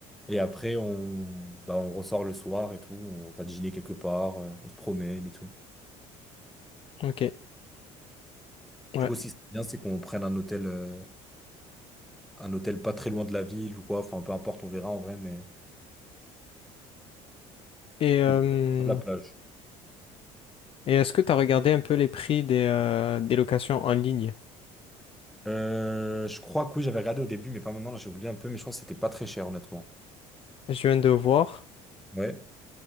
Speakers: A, in the centre; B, on the left.
A: Et après, on, bah, on ressort le soir et tout. On va dîner quelque part, euh, on se promène et tout.
B: ok. Ouais.
A: Du coup, si c'est bien, c'est qu'on prenne un hôtel, euh, un hôtel pas très loin de la ville ou quoi. Enfin, peu importe, on verra en vrai, mais.
B: Et, euh,
A: Ou plus proche de la plage.
B: et est-ce que tu as regardé un peu les prix des, euh, des locations en ligne?
A: Euh, je crois que oui, j'avais regardé au début, mais pas maintenant, là, j'ai oublié un peu, mais je crois que c'était pas très cher, honnêtement.
B: Je viens de voir
A: Ouais.